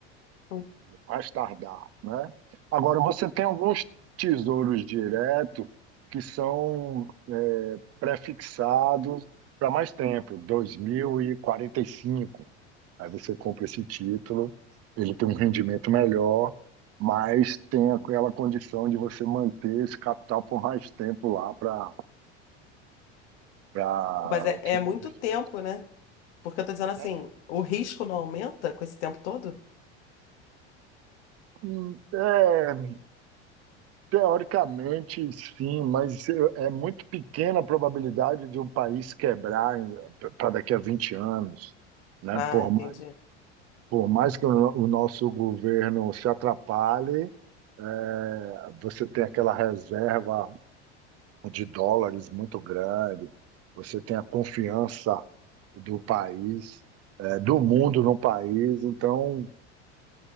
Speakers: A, on the left (about 80°); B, on the right (about 45°).
A: Hum.
B: mais tardar, né? Agora, você tem alguns tesouros direto que são é, prefixados para mais tempo, dois mil e e quarenta e cinco. Aí você compra esse título, ele tem um rendimento melhor, mas tem aquela condição de você manter esse capital por mais tempo lá para para
A: Mas é,
B: o
A: é
B: fundo
A: muito
B: de investimento.
A: tempo, né? Porque eu tô dizendo assim,
B: É,
A: o risco não aumenta com esse tempo todo?
B: é Teoricamente, sim, mas eu- é muito pequena a probabilidade de um país quebrar para daqui a 20 anos, né?
A: Ah,
B: Por
A: entendi,
B: mais, por mais que o, no- o nosso governo se atrapalhe, é, você tem aquela reserva de dólares muito grande, você tem a confiança do país, é, do mundo no país, então